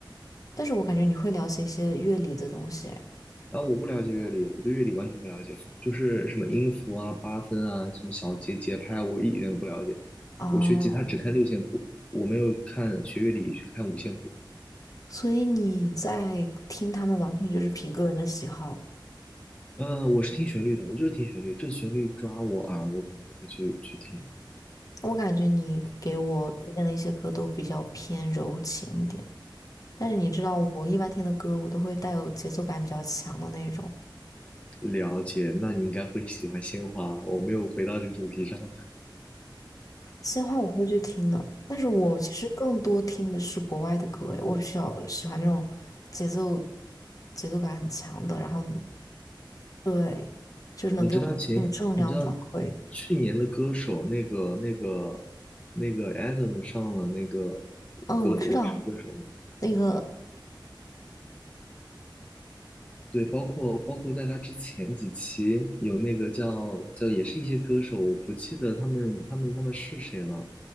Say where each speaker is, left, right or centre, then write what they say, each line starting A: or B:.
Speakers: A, on the left; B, on the left.
A: 但是我感觉你会了解一些乐理的东西哎
B: 然后我不了解乐理，我对乐理完全不了解，就是什么音符啊、八分啊、什么小节、节拍，我一点都不了解。
A: 哦，
B: 我学吉他只看六线谱，我没有看学乐理去看五线谱。
A: 所以你在听他们完全就是凭个人的喜好。
B: 嗯、我是听旋律的，我就是听旋律，这旋律抓我耳，我可能就会去去听。
A: 我感觉你给我推荐的一些歌都比较偏柔情一点，但是你知道我一般听的歌，我都会带有节奏感比较强的那种。
B: 了解，那你应该会喜欢鲜花。我没有回到这个主题上。<laughs>
A: 鲜花我会去听的，但是我其实更多听的是国外的歌，诶，我比较喜欢那种节奏节奏感很强的，然后对，就是能给我那个正量反馈。
B: 你知道前，你知道去年的歌手那个那个那个 Adam 上了那个
A: 嗯，
B: 歌《我是歌手》吗？
A: 我知道那个
B: 对，包括包括在他之前几期有那个叫叫也是一些歌手，我不记得他们他们他们是谁了。